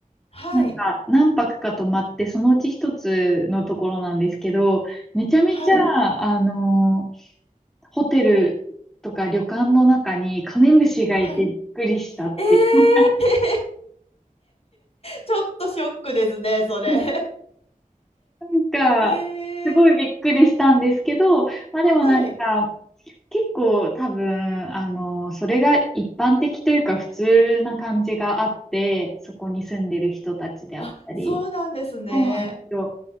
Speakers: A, on the left (about 45°); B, in the centre.
A: はい。
B: なんか何泊か泊まって、そのうち一つのところなんですけど、めちゃめちゃ、
A: はい。
B: あの、ホテルとか旅館の中にカメムシがいてびっくりしたっていう。
A: はい。えー、ちょっとショックですね、それ。
B: <laughs> なんか、
A: <laughs> えー、
B: すごいびっくりしたんですけど、まあでもなんか、
A: はい。
B: 結構多分、あの、それが一般的というか普通な感じがあって、そこに住んでる人たちであったり。
A: あ、そうなんですね。
B: そうなんですよ。